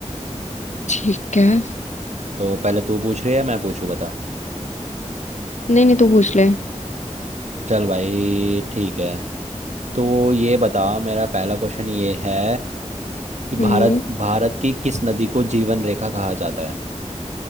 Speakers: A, on the left; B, on the right.
A: ठीक है
B: तो पहले तू पूछ रही है मैं पूछूँ बता
A: नहीं नहीं तू पूछ ले
B: चल भाई ठीक है तो ये बता मेरा पहला क्वेश्चन ये है कि
A: हम्म
B: भारत भारत की किस नदी को जीवन रेखा कहा जाता है